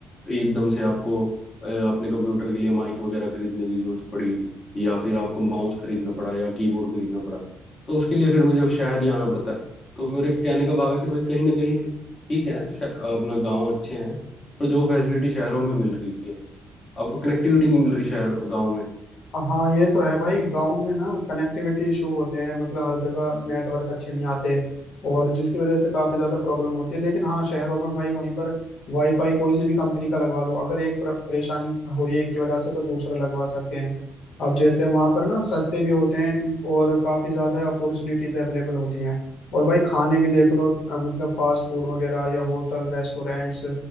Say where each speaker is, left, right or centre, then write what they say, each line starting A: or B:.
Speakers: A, on the left; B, on the left.
A: एकदम से आपको अ, अपने कंप्यूटर के लिए माइक वगैरह खरीदने की जरूरत पड़ी या फिर आपको माउस खरीदना पड़ा या कीबोर्ड खरीदना पड़ा तो उसके लिए फिर मुझे शहर ही आना पड़ता है तो मेरे कहने का भाव है कि भाई कहीं ना कहीं ठीक है श- अपना गांव अच्छे हैं पर जो फैसिलिटी शहरों में मिल रही है आपको कनेक्टिविटी नहीं मिल रही शहर गाँव में
B: हाँ ये तो है भाई गांव में ना कनेक्टिविटी इशू होते हैं मतलब हर जगह नेटवर्क अच्छे नहीं आते और जिसकी वजह से काफी ज्यादा प्रॉब्लम होती है लेकिन हाँ शहरों में भाई वहीं पर वाईफाई कोई सी भी कंपनी का लगवा लो अगर एक पर- परेशानी हो रही है एक की वजह से तो दूसरा लगवा सकते हैं अब जैसे वहां पर ना सस्ते भी होते हैं और काफी ज्यादा अपॉर्चुनिटीज अवेलेबल होती हैं और भाई खाने भी देख लो अ, मतलब फास्ट फूड वगैरह या होटल रेस्टोरेंट्स